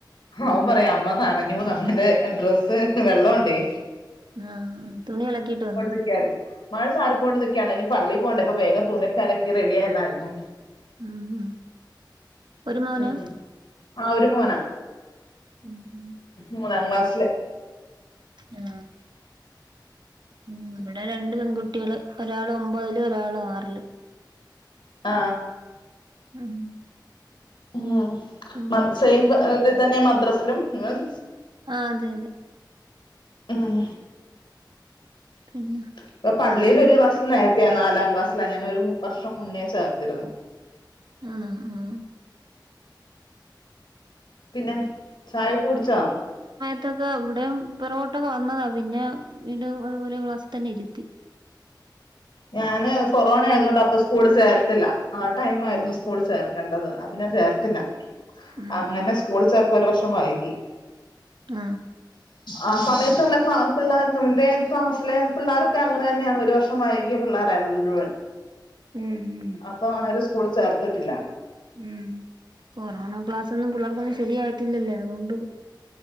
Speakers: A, on the left (about 85°); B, on the right (about 70°).
A: അവൻ പറയാ അമ്മ നനഞ്ഞു ന്ന് എന്റെ ഡ്രസ്സ് വെള്ളം ഒണ്ടേ
B: ആഹ് തുണി അലക്കിട്ട് വന്നു
A: നിക്കായിരുന്നു മഴ ചാറി കൊണ്ടനിക്കുകയാണ് ഇനി പള്ളി പോകണ്ടേ അപ്പ വേഗം തുണിയൊക്കെ അലക്കി റെഡിയായതായിരുന്നു
B: ഉം ഉം ഒരു മോനാ
A: ഉം ആ ഒരു മോനാ
B: ഉം ഉം
A: മൂന്നാം ക്ലാസില്
B: ആ ഉം ഇവടെ രണ്ട് പെൺകുട്ടികള് ഒരാൾ ഒമ്പ ഒമ്പതില് ഒരാള് ആറില്
A: ആ
B: ഉം
A: ഇല്ലേ
B: പിന്നെ
A: <unintelligible> തന്നെ മദ്രാസിലും <unintelligible>
B: ആ അതെ അതെ
A: ഉം
B: പിന്നെ
A: ഇപ്പൊ പള്ളിൽ
B: വേറെന്താ
A: ഒരു ക്ലാസ് നേ ത്തയാ നാലാം ക്ലാസ്സിലാ ഞാന്ഒരു വർഷം മുന്നേ ചേർത്തിരുന്നു
B: ആ ആആ
A: പിന്നെ ചായ ക്കെ കുടിച്ചോ
B: ത്തൊക്കെ ഇവിടെ പൊറകോട്ടൊക്കെ വന്നതാ പിന്നെ വീണ്ടും ഒരുക്ലാസ്സിൽ തന്നെ ഇരുത്തി
A: ഞാന് കൊറോണ ആയതൊണ്ട് അപ്പ സ്കൂൾ ചേർത്തില്ല ആ ടൈം ആയിരുന്നു
B: ഉം
A: സ്കൂൾ ചേർ കണ്ടത് പിന്നെ ചേർത്തില്ല
B: ഉം
A: അങ്ങനെ
B: ഉം
A: സ്കൂൾ ചേർ ഒരു വർഷം വൈകി
B: ആ
A: ആ സമയത്തുള്ള ക്ല പിള്ളാ അവന്റെ ക്ലാസ്സിലെ പിള്ളോരൊക്കെ അങ്ങനെ തന്നെയാണ് ഒരു വർഷം വൈകിയ പിള്ളേരായിരുന്നു മുഴുവൻ
B: ഉം
A: അപ്പൊ ആരും സ്കൂളിൽ ചേർ ത്തിട്ടില്ല
B: ഉം കൊറോണ ക്ലാസ്സ് ന്നും പിള്ളേർക്കൊന്നും ശരിയായിട്ടില്ലല്ലേ അതുകൊണ്ട്